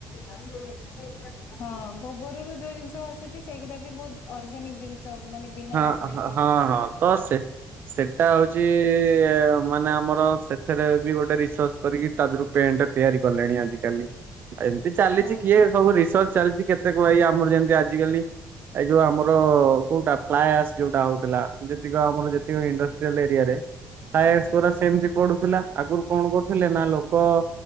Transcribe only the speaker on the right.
ହଁ
ହଁ <unintelligible> ସେଟା ହଉଛି ମାନେ ଆମର ସେଥିରେ ବି ଗୋଟେ ରିସର୍ଚ କରିକି ତାଦେହ ରୁ ପେଣ୍ଟ ତିଆରି କଲେଣି ଆଜିକାଲି। ଏମିତି ଚାଲିଛି
କିଏ ସବୁ ରିସର୍ଚ ଚାଲିଛି କେତେକ ଭାଇ ଆମର ଯେମତି ଆଜିକାଲି ଏଇ ଯୋଉ ଆମର କୋଉଟା <unintelligible> ଯୋଉଟା ହଉଥିଲା ଯେତିକ ଆମର ଯେତିକ ଇଣ୍ଡଷ୍ଟ୍ରିଲ ଏରିଆରେ <unintelligible>
ସେମିତି ପଡୁଥିଲା। ଆଗରୁ କଣ କରୁଥିଲେ ନା ଲୋକ